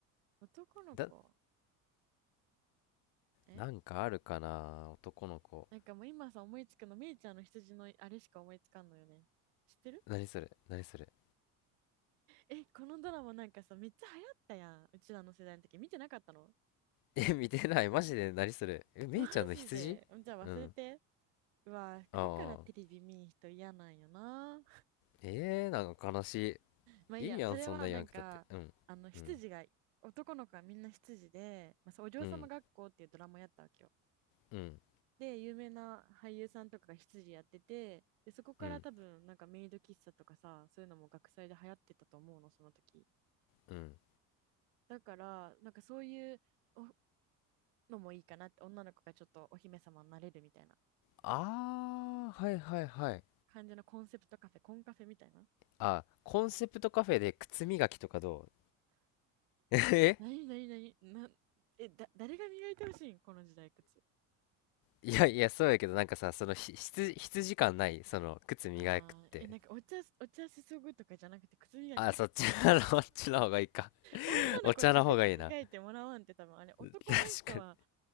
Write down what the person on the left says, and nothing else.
だ、
なんかあるかな男の子。
何それ何それ
え、見てない。マジで何それえ、めいちゃんの羊うん。
ああ。えー、なんか悲し
い。いいやん、
そんなん言わんくたって。うん。
うん。
うん。うん。
うん。
うん。
ああ、はいはいはい。
あ、コンセプトカフェで靴磨きとかどう <laughs> え
いやいや、そうやけど、なんかさ、そのひ、羊、羊感ない、その、靴磨くって。
あ、そっちの、<laughs> そっちの方がいいか。
お茶の方がいいな。
確かに、